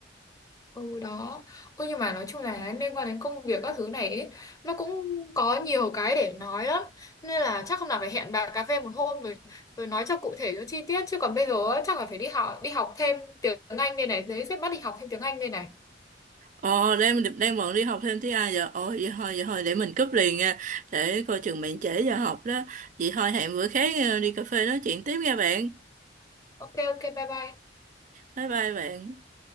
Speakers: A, on the left; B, on the right.
A: Ừ đó Ôi nhưng mà nói chung là liên quan đến công việc các thứ này ấy, Nó cũng có nhiều cái để nói lắm Nên là chắc hôm nào phải hẹn bà cà phê một hôm Rồi rồi nói cho cụ thể cho chi tiết Chứ còn bây giờ á, chắc là phải đi học đi học thêm tiếng Anh đây này Đấy sẽ bắt đi học thêm tiếng Anh đây này
B: Ờ, đang đang bận đi học thêm tiếng Anh giờ. Ồ, vậy thôi, vậy thôi, để mình cúp liền nha. Để coi chừng bạn trễ giờ học đó. Vậy thôi, hẹn bữa khác ờ, đi cà phê nói chuyện tiếp nha bạn.
A: Ok ok bye bye
B: Bye bye bạn.